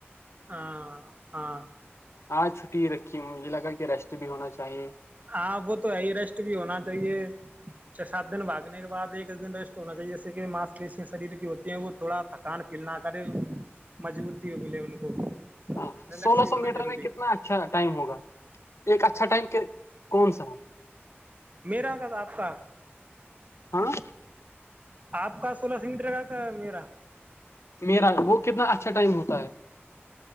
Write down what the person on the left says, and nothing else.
آاں چھٹی ہی رکھی ہے مجھے لگا کہ ریسٹ بھی ہونا چاہیے
ہاں
سولہ
سو
میٹر
میں کتنا
اچھا ٹائم ہوگا ایک اچھا ٹائم کون سا ہے
ہاں
میرا وہ کتنا اچھا اچھا ٹائم ہوتا ہے